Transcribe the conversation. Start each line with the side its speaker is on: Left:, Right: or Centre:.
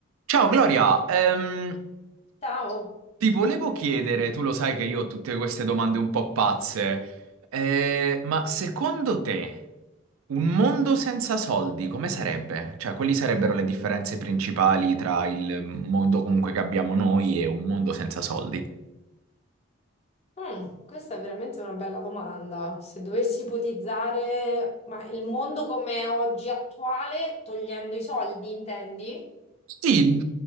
Right: Ciao Gloria, ehm,
Left: Ciao,
Right: ti volevo chiedere, tu lo sai che io ho tutte queste domande un po' pazze, eh, ma secondo te un mondo senza soldi come sarebbe? Cioè, quali sarebbero le differenze principali tra il mondo comunque che abbiamo noi e un mondo senza soldi?
Left: Mm, questa è veramente una bella domanda. Se dovessi ipotizzare, ma il mondo come è oggi attuale, togliendo i soldi, intendi?
Right: Sì,